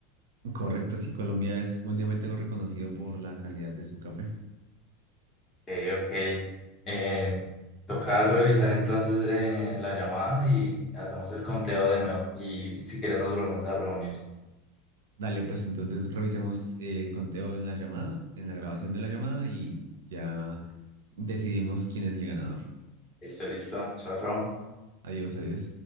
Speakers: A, on the right; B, on the left.
A: Correcto, sí, Colombia es mundialmente reconocido por la calidad de su café.
B: Eh, ok. Eh, toca revisar entonces eh, la llamada y hacemos el conteo de nuevo. Y si quieres nos volvemos a reunir.
A: Dale, pues entonces revisemos eh, el conteo en la llamada, en la grabación de la llamada y ya decidimos quién es el ganador.
B: Listo, listo. Chao, chao.
A: Adiós, adiós.